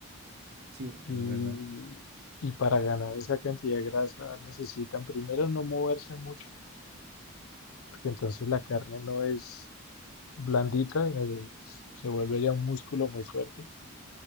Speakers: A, on the right; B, on the left.
A: Sí,
B: Y,
A: es verdad.
B: y para ganar esa cantidad de grasa necesitan primero no moverse mucho, porque entonces la carne no es blandita, eh, se vuelve ya un músculo muy fuerte.